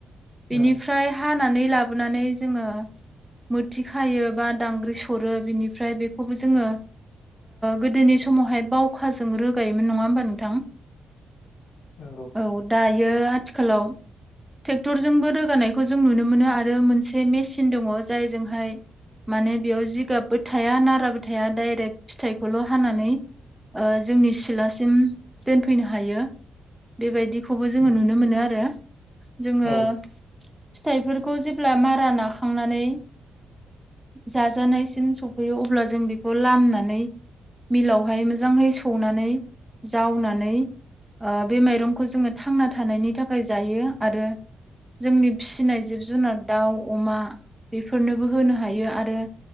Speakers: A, in the centre; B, on the left (about 85°).
A: बेनिफ्राय
B: नंगौ
A: फ्राय हानानै लाबोनानै जोङो मोथि खायो बा दांग्रि सरो बिनिफ्राय बेखौबो जोङो गोदोनि समावहाय बावखाजों रोगायोमोन नङा होमबा नोंथां
B: उम नंगौ
A: औ दायो आथिखालाव ट्रेक्टरजोंबो रोगानायखौ जों नुनो मोनो आरो मोनसे मेसिन दङ जायजोंहाय माने बेयाव जिगाबबो थाया नाराबो थाया डाइरेक्ट फिथाइखौल' हानानै जोंनि सिलासिम दोनफैनो हायो बेबायदिखौबो जोङो
B: उम
A: नुनो मोनो आरो जोङो
B: औ
A: फिथाइफोरखौ जेब्ला मारा नाखांनानै जाजानायसिम सफैयो अब्ला जों बेखौ लामनो मिलावहाय मोजाङै सौनानै जावनानै बे माइरंखौ जोङो थांना थानायनि थाखाय जायो आरो जोंनि फिसिनाय जिब जुनार दाउ अमा बेफोरनोबो होनो हायो आरो